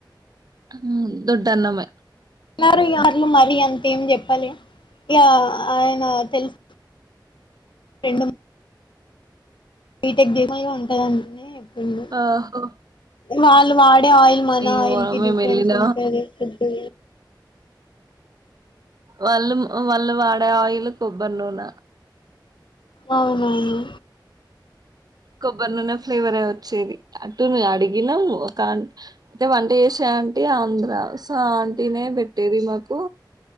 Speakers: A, on the right; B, on the left.
A: ఉమ్ దొడ్ అన్నమే
B: అన్నారు వాళ్ళు మరి అంత ఏం చెప్పలే ఇక ఆయన తెలుసు <unintelligible> బిటెక్ చే <unintelligible> ఉంటదంటనే చెప్పిండు
A: ఆహో
B: వాళ్ళు వాడే ఆయిల్ మన
A: ఏమో
B: ఆయిల్ కి
A: మేము
B: డిఫరెన్స్
A: వెళ్ళిన
B: ఉంటది ఫుడ్
A: వాళ్ళు వాళ్ళు వాడే ఆయిల్ కొబ్బరి నూన
B: అవునవును
A: కొబ్బరి నూన ఫ్లేవర్ ఏ వచ్చేది అటు ను అడిగినాము ఒక అయితే వంట చేసే ఆంటీ ఆంధ్ర సో ఆంటీ నే పెట్టేది మాకు